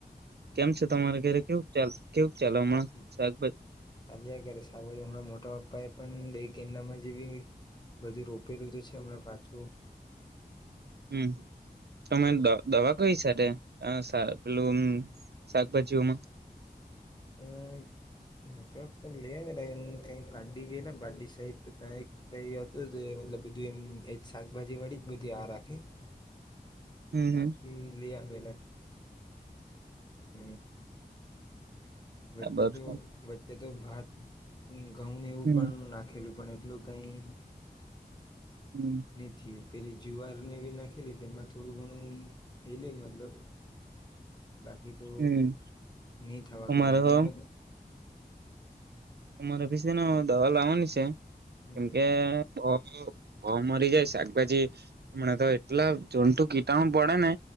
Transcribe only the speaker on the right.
કેમ છે તમારે ઘરે કેવું ચાલ કેવું ચાલે હમણાં
શાકભાજી
હમ્મ તમે
દવા કઈ સે તે અ સા પેલું અમ શાકભાજીઓમાં
હમ
હમ
બરાબર
હમ
હમ
હમ
અમારે
હ અમારે બીને સે ને દવા લાવવાની સે
કેમ કે બો બો મરી જાય શાકભાજી હમણાં તો એટલા જંતુ કીટાણુ પડે ને